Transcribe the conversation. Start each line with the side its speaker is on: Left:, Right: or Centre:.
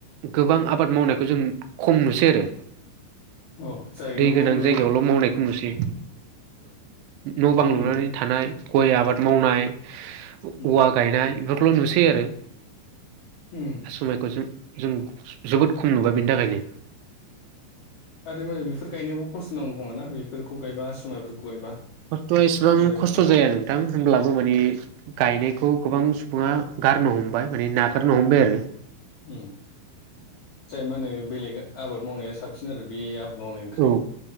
Right: गोबां आबाद मावनायखौ जों खम नुसै आरो
Left: अ जायो
Right: दै
Left: न'
Right: गोनां
Left: बां लु
Right: जायगायावल' मावनायखौ नुसै न' बां लुनानै
Left: उम
Right: थानाय गय आबाद मावनाय
Left: उम
Right: औवा गायनाय बेफोरखौल' नुसै आरो
Left: उम
Right: समायखौ जों जों जोबोद खम नुबाय बेनि थाखायनो
Left: आरो माने बेफोर गायनायावो खस्थ' नांगौ खोमाना बेफोरखौ गायबा आसु मायफोरखौ गायबा
Right: खस्थ'आ इसेबां
Left: जाय
Right: खस्थ'
Left: उम
Right: जाया नोंथां होमब्लाबो माने गायनायखौ गोबां सुबुङा गारनो हमबाय माने नागारनो हमबाय
Left: उम
Right: आरो
Left: उम मा होनो बेलेग आबाद मावनाया साबसिन आरो बे आबाद मावनायनिख्रुइ
Right: औ